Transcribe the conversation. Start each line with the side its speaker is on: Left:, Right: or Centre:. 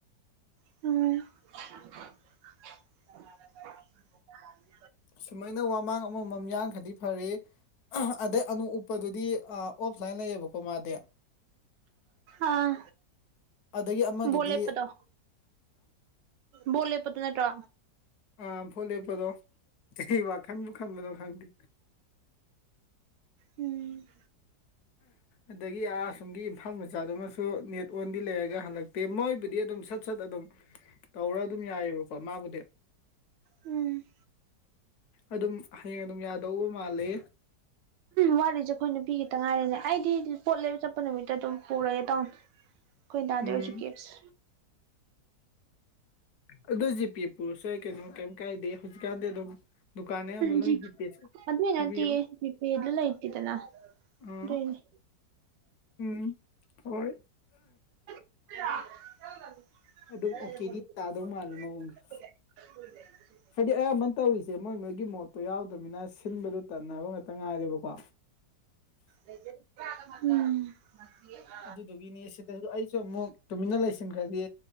Right: <unintelligible> <unintelligible>
Left: ꯁꯨꯃꯥꯏꯅ ꯋꯥꯃꯥꯡ ꯑꯃꯃꯝ ꯌꯥꯟꯈ꯭ꯔꯗꯤ ꯐꯔꯦ ꯑꯗꯩ ꯑꯅꯨ ꯎꯞꯄꯗꯨꯗꯤ ꯑꯣꯐ ꯂꯥꯏꯟ ꯂꯩꯌꯦꯕꯀꯣ ꯃꯥꯗꯤ
Right: ꯑꯥ
Left: ꯑꯗꯒꯤ ꯑꯃꯗꯨꯗꯤ
Right: ꯕꯣꯠ ꯂꯦꯞꯄꯗꯣ ꯕꯣꯠ ꯂꯦꯞꯄꯗꯣ ꯅꯠꯇ꯭ꯔꯣ
Left: ꯑꯥ ꯐꯣꯠ ꯂꯦꯞꯄꯗꯣ ꯋꯥꯈꯟꯕꯨ ꯈꯟꯕꯗꯣ ꯈꯪꯗꯦ
Right: ꯎꯝ
Left: ꯑꯗꯒꯤ ꯑꯥ ꯑꯁꯣꯝꯒꯤ ꯏꯝꯐꯥ ꯃꯆꯥꯗꯨꯃ ꯅꯦꯠ ꯑꯣꯟꯗꯤ ꯂꯩꯔꯒ ꯍꯜꯂꯛꯇꯦ ꯃꯣꯏꯕꯨꯗꯤ ꯑꯗꯨꯝ ꯁꯠ ꯁꯠ ꯑꯗꯨꯝ ꯇꯧꯔ ꯑꯗꯨꯝ ꯌꯥꯏꯑꯕꯀꯣ ꯃꯥꯕꯨꯗꯤ
Right: ꯎꯝ
Left: ꯑꯗꯨꯝ ꯍꯌꯦꯡ ꯑꯗꯨꯝ ꯌꯥꯗꯧꯕ ꯃꯥꯂꯦ
Right: ꯋꯥꯠꯂꯤꯁꯦ ꯑꯩꯈꯣꯏ ꯅꯨꯄꯤ ꯈꯤꯇꯪ ꯉꯥꯏꯔꯦꯅꯦ ꯑꯩꯗꯤ ꯄꯣꯠ ꯂꯩꯕ ꯆꯠꯄ ꯅꯨꯃꯤꯠꯇ ꯑꯗꯨꯝ ꯄꯨꯔꯒꯦ ꯇꯥꯎꯅꯦ ꯈꯣꯏꯗꯥꯗꯩ
Left: ꯎꯝ
Right: ꯑꯣꯏꯁꯨ ꯀꯦꯁ
Left: ꯑꯗꯨ ꯖꯤꯄꯦ ꯄꯨꯔꯥꯁꯨ ꯌꯥꯏ ꯀꯩꯅꯣ ꯀꯩꯝ ꯀꯥꯏꯗꯦ ꯍꯧꯖꯤꯛꯀꯥꯟꯗꯤ ꯑꯗꯨꯝ ꯗꯨꯀꯥꯟ ꯑꯌꯥꯝꯕ ꯂꯣꯏ
Right: ꯖꯤ
Left: ꯖꯤꯄꯦ
Right: ꯑꯗꯨꯏ ꯅꯠꯇꯦ
Left: ꯍꯥꯏꯕꯤꯌꯣ
Right: ꯖꯤ ꯄꯦ ꯂꯩꯇꯦꯗꯅꯥ
Left: ꯑ
Right: ꯗꯨꯏꯅꯤ
Left: ꯎꯝ ꯍꯣꯏ
Right: <unintelligible>
Left: ꯑꯗꯨꯝ ꯑꯣꯀꯦꯗꯤ
Right: <unintelligible>
Left: ꯇꯥꯗꯧ ꯃꯥꯜꯂꯤ ꯃꯑꯣꯡꯁꯦ ꯍꯥꯏꯗꯤ ꯑꯌꯥꯝꯕꯅ ꯇꯧꯔꯤꯁꯦ ꯃꯣꯏ ꯃꯣꯏꯒꯤ ꯃꯣꯠꯇꯣ ꯌꯥꯎꯗꯕꯅꯤꯅ ꯁꯤꯟꯕꯗꯣ ꯇꯟꯅꯕ ꯉꯥꯛꯇ ꯉꯥꯏꯔꯦꯕꯀꯣ
Right: ꯎꯝ <unintelligible>
Left: ꯑꯗꯨꯗꯨꯒꯤꯅꯤ ꯁꯤꯗ ꯑꯩꯁꯨ ꯑꯃꯨꯛ ꯇꯨꯃꯤꯟꯅ ꯂꯩꯁꯤꯟꯈ꯭ꯔꯗꯤ